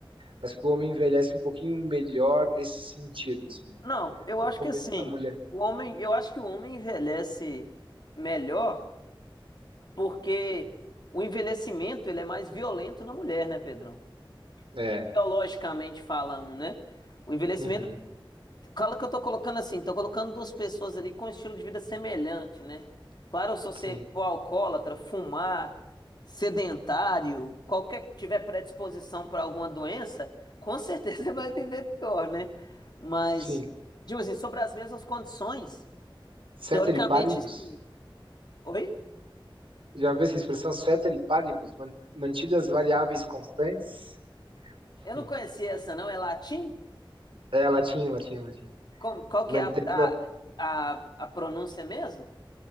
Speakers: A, on the right; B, on the left.
A: Parece que o homem envelhece um pouquinho melhor nesse sentido, assim.
B: Não, eu
A: O
B: acho
A: começo
B: que assim,
A: da mulher.
B: o homem, eu acho que o homem envelhece melhor porque o envelhecimento ele é mais violento na mulher, né, Pedrão?
A: É.
B: Biologicamente falando, né? O envelhecimento
A: Uhum.
B: Cala que eu tô colocando assim, tô colocando duas pessoas ali com um estilo de vida semelhante, né? Claro, se você
A: Sim.
B: for alcoólatra, fumar, sedentário, qualquer que tiver predisposição para alguma doença, com certeza <laughs> você vai viver pior, né? Mas,
A: Sim.
B: digo assim, sobre as mesmas condições,
A: Ceteris
B: teoricamente
A: paribus.
B: sim. Oi?
A: Já viu essa expressão ceteris paribus? Man- Mantidas variáveis constantes?
B: Eu
A: Hum.
B: não conhecia essa não, é latim?
A: É latim, latim, latim.
B: Como, qual
A: Mantendo
B: que é a, a, a, a pronúncia mesmo?